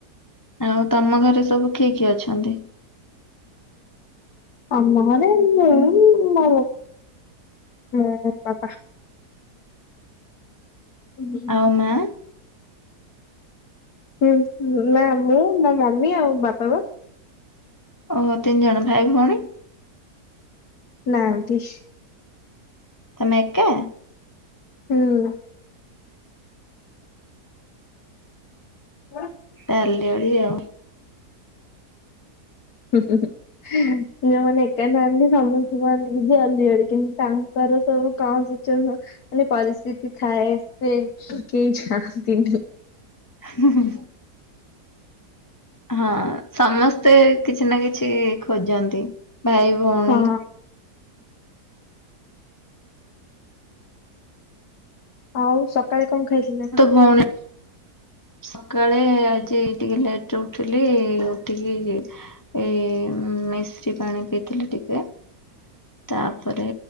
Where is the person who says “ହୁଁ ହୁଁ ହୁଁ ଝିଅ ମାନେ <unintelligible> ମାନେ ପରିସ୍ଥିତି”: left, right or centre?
Left